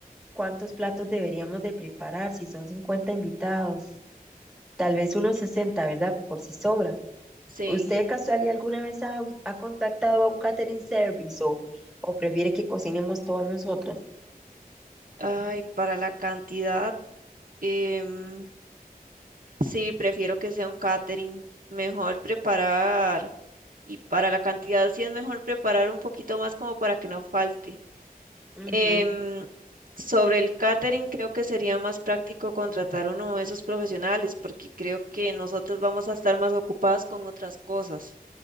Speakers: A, in the centre; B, on the right.
A: ¿cuántos platos deberíamos de preparar si son 50 invitados? Tal vez unos 60, ¿verdad? Por si sobra.
B: Sí.
A: ¿Usted de casualidad alguna vez ha, ha contactado a un catering service o, o prefiere que cocinemos todas nosotras?
B: Ay, para la cantidad, em, Sí, prefiero que sea un catering. Mejor preparar, y para la cantidad sí es mejor preparar un poquito más como para que no falte.
A: Ujú,
B: Em, sobre el catering, creo que sería más práctico contratar uno de esos profesionales, porque creo que nosotros vamos a estar más ocupadas con otras cosas.